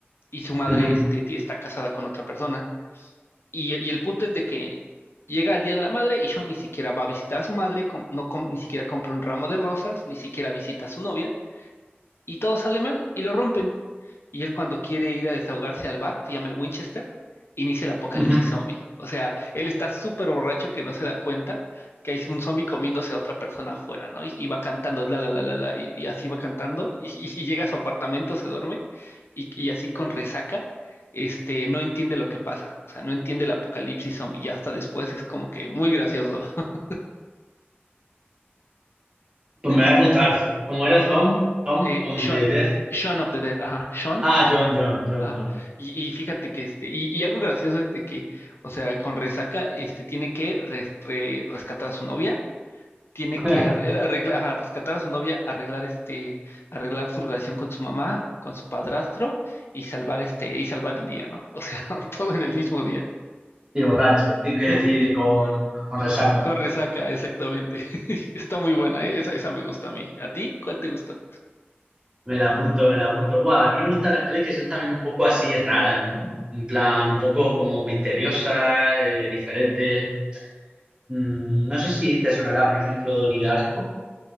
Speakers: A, on the left; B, on the right.
A: Y su madre,
B: Ujú,
A: este, tí- está casada con otra persona. Y, y el punto es de que llega el Día de la Madre y Sean ni siquiera va a visitar a su madre, com- no com- ni siquiera compra un ramo de rosas, ni siquiera visita a su novia, y todo sale mal y lo rompen y él cuando quiere ir a desahogarse al bar, se llama el Winchester, inicia el apocalipsis
B: ujú.
A: zombie. O sea, él está súper borracho que no se da cuenta que hay un zombie comiéndose a otra persona afuera, ¿no? Y, y va cantando, la, la, la, la, la, y, y así va cantando, y, y- y llega a su apartamento, se duerme, y, y así con resaca, este, no entiende lo que pasa, o sea, no entiende el apocalipsis zombie, y hasta después es como que muy gracioso. <laughs>
B: Pues
A: Es,
B: me voy a apuntar. Como era Thumb, Thumb
A: eh,
B: on
A: Shaun,
B: the Death.
A: Shaun of the Dead, ajá, Shaun
B: Ah, John, John, John,
A: Ah,
B: John.
A: y, y fíjate que este, y, y algo gracioso es de que, o sea, con Resaca, este, tiene que res- re- rescatar a su novia, tiene
B: <laughs>
A: que arreglar, rescatar a su novia, arreglar este, arreglar su relación con su mamá, con su padrastro, y salvar este, y salvar el día, ¿no? O sea, <laughs> todo en el mismo día.
B: Y borracho. Y que
A: Y-
B: decir,
A: y-
B: y con,
A: y-
B: con
A: y
B: resaca.
A: co- con, Resaca, exactamente. <laughs> Está muy buena, ¿eh? Esa, esa me gusta a mí. ¿A ti? ¿Cuál te gusta?
B: Me la apunto, me la apunto. Guau, a mí me gustan las pelis que son también un poco así raras, ¿no? En plan, un poco como misteriosas, eh, diferentes. Mm, no sé si te sonará, por ejemplo, Donnie Darko.